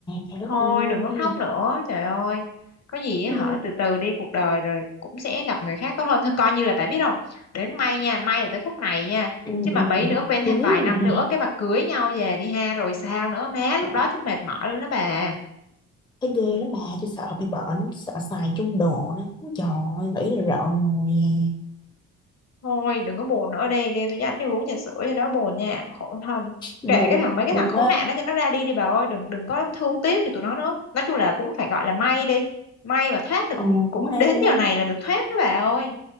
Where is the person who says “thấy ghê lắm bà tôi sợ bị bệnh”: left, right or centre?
Left